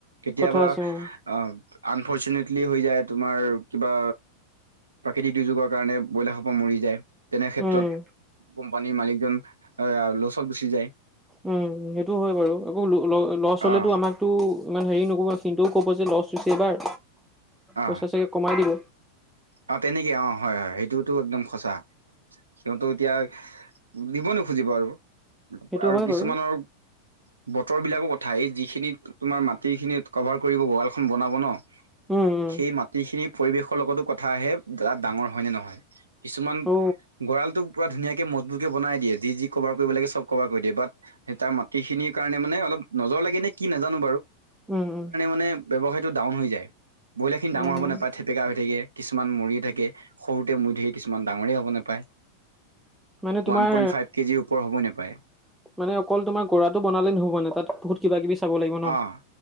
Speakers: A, on the right (about 75°); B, in the centre.
A: কেতিয়াবা
B: কথা আছে উম,
A: অ' আনফৰ্চুনেটলি হৈ যায় তোমাৰ কিবা প্ৰাকৃতিক দুৰ্যোগৰ কাৰণে ব্ৰইলাৰ সোপ মৰি যায়। তেনে ক্ষেত্ৰত
B: উম,
A: কোম্পানীৰ মালিকজন লচত গুচি যায়
B: উম সেইটো হয় বাৰু একৌ ল ছ হলেতো
A: আহ
B: আমাকতো ইমান হেৰি ন' কব কিন্তুও ক'ব যে লছটো হৈছে এইবাৰ
A: আহ
B: পইচা চাগে কমাই দিব
A: অ তেনেকে অ হয় হয় সেইটোতো একদম সঁচা সিহঁতো এতিয়া দিব ন' খুজিব আৰু
B: সেইটো
A: আৰু
B: হয়
A: কিছুমানৰ
B: বাৰু
A: বতৰ বিলাকো ঠাই যিখিনি তোমাৰ মাটি খিনিত কভাৰ কৰিব বগালখন বনাব ন
B: উম, উম,
A: সেই মাটিখিনি পৰিৱেশৰ লগতো কথাহে ডাঙৰ হয় নে নহয় কিছুমান
B: অ',
A: গঁৰা়লটো পুৰা ধুনীয়াকে মজবুতকে বনাই দিয়। যি যি কভাৰ কৰিব লাগে চব কভাৰ কৰি দিয়ে বাট সেই তাৰ মাটি খিনিৰ কাৰণে মানে অলপ নজৰ লাগে নে কি নাজানো
B: উম, উম,
A: ৱসায়টোাউন হৈ যায় ব্ৰইলাৰিনিাঙৰ
B: উম,
A: হ'ব নায় থেেকা হৈ থাকে কিু ম থাকে সৰুতে মৈ থাকে কিছুমান ডাঙৰেই হ'ব নাপায়
B: মানে তোমাৰ
A: ওৱান পইণ্ট ফাইভ কেজিৰ ওপৰ হ'বই নোপায়।
B: মানে অকল তোমাৰ গৰাটো বনালে নহব মানে তাত বহুত কিবা কিবি চাব লাগিব ন।
A: অ'